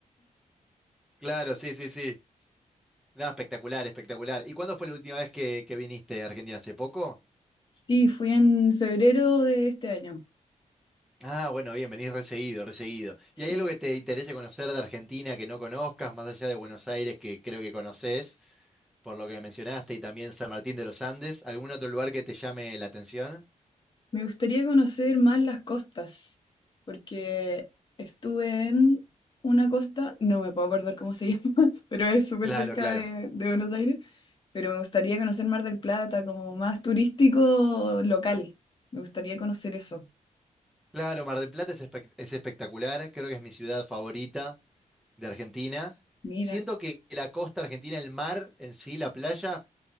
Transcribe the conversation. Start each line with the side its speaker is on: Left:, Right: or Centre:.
Centre: Claro, sí, sí, sí. Nada, espectacular, espectacular. ¿Y cuándo fue la última vez que, que viniste a Argentina? ¿Hace poco?
Left: Sí, fui en febrero de este año.
Centre: Ah, bueno, bien, venís reseguido, reseguido.
Left: sí
Centre: ¿Y hay algo que te interese conocer de Argentina que no conozcas, más allá de Buenos Aires, que creo que conoces, por lo que mencionaste, y también San Martín de los Andes? ¿Algún otro lugar que te llame la atención?
Left: Me gustaría conocer más las costas, porque estuve en una costa, no me puedo acordar cómo se llama, <laughs> pero es súper
Centre: Claro,
Left: cerca
Centre: claro.
Left: de, de Buenos Aires, pero me gustaría conocer Mar del Plata como más turístico local. Me gustaría conocer eso.
Centre: Claro, Mar del Plata es, espec- es espectacular, creo que es mi ciudad favorita de Argentina.
Left: Mira,
Centre: Siento que la costa argentina, el mar en sí, la playa,